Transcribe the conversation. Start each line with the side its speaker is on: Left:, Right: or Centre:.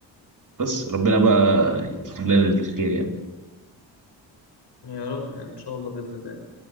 Right: بس ربنا بقى يكتب لنا الخير يعني
Left: يا رب يعني ان شاء الله باذن الله